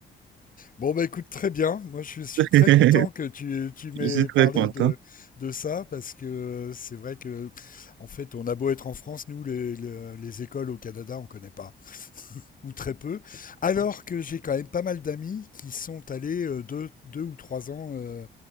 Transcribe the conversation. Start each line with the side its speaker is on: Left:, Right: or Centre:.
Left: Bon, bah écoute, très bien. Moi, je suis
Right: <laughs>
Left: très content que tu, tu m'aies
Right: Je suis très
Left: parlé
Right: content.
Left: de, de ça parce que c'est vrai que, en fait, on a beau être en France, nous, les, les- les écoles au Canada, on connaît pas, ou très peu. Alors que j'ai quand même pas mal d'amis qui sont allés euh, deux, deux ou trois ans euh,